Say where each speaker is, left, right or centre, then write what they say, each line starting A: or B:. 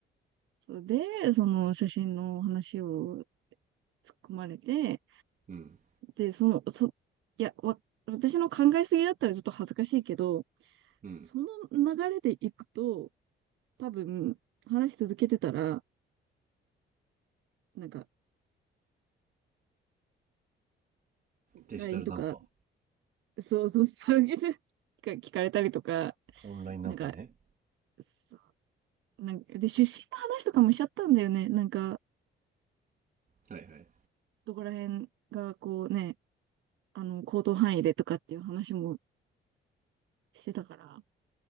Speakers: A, on the right; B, on the right.
A: そうで、その写真の話を突っ込まれて、
B: うん。
A: で、その、そ、いや、わ、私の考えすぎだったらちょっと恥ずかしいけど、
B: うん。
A: その流れでいくと、多分、話し続けてたら、なんか、
B: デジタルナンパ。
A: LINE とか、そうそう、そういうのが聞かれたりとか、
B: オンラインナンパね。
A: なんか、そうなんかで、出身の話とかもしちゃったんだよね。なんか、
B: はいはい。
A: どこら辺がこうね、あの、行動範囲でとかっていう話もしてたから、